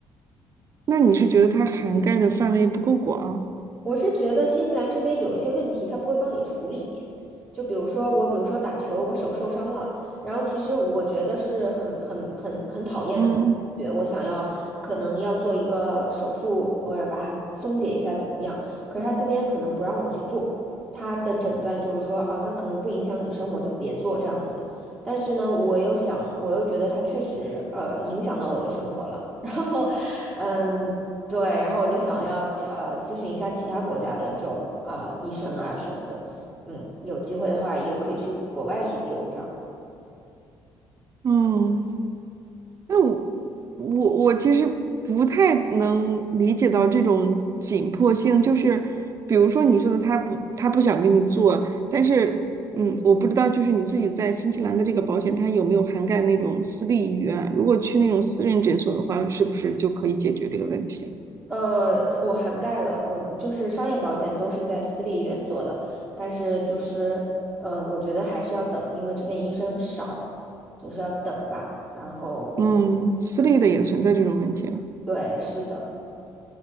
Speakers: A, on the right; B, in the centre.
A: 那你是觉得它涵盖的范围不够广？
B: 我是觉得新西兰这边有一些问题，他不会帮你处理。就比如说我，比如说打球，我手受伤了，然后其实我觉得是很很很很讨厌的感觉，
A: 嗯
B: 我想要可能要做一个手术，或者把它松解一下怎么样？可是他这边可能不让我去做，他的诊断就是说，哦，那可能不影响你的生活，就别做这样子。但是呢，我又想，我又觉得他确实呃影响到我的生活了，<laughs> 然后。嗯，对，然后我就想要呃咨询一下其他国家的这种呃医生啊什么的，嗯，有机会的话也可以去国外去做这样。
A: 嗯。那我我我其实不太能理解到这种紧迫性，就是比如说你说的他不他不想跟你做，但是嗯，我不知道就是你自己在新西兰的这个保险，它有没有涵盖那种私立医院？如果去那种私人诊所的话，是不是就可以解决这个问题？
B: 呃，我涵盖了，我就是商业保险都是在私立医院做的，但是就是呃，我觉得还是要等，因为这边医生少，就是要等吧。然后嗯，
A: 嗯，私立的也存在这种问题啊。
B: 对，是的。